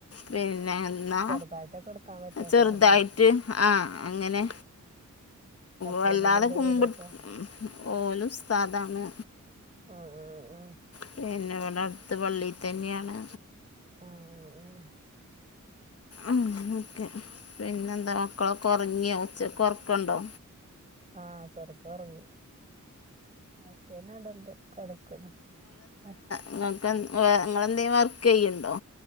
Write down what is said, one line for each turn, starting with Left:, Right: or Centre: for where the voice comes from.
Left: പിന്നെ ന്നാ
Right: ചെറുതായിട്ടൊക്കെ എടുക്കാൻ പറ്റൊക്കാരല്ലേ
Left: ചെറുതായിട്ട് ആഹ് അങ്ങനെ
Right: ഹസ്ബൻഡിന്
Left: വല്ലാതെ
Right: എന്താ
Left: കുമ്പിട്ട്
Right: ജോലിയപ്പൊ
Left: ഓല് ഉസ്താദാണ്
Right: ആഹ് ആഹ്
Left: പിന്നെ ഇവിടെ അടുത്ത് പള്ളിതന്ന്യാണ്
Right: ആഹ് ആഹ്
Left: ഉം ങ്ങനൊക്കെ പിന്നെന്താ മക്കളൊക്കെ ഒറങ്ങിയോ, ഉച്ചക്ക് ഒറക്കണ്ടോ?
Right: ആഹ് ചെറുതൊറങ്ങി. മറ്റോനവടണ്ട് കടക്കണ് മറ്റോ
Left: ഇങ്ങക്ക് എന്ത്‌ എന്തെ വേ ഇങ്ങേളെലും വർക്കെയ്യ് ണ്ടോ?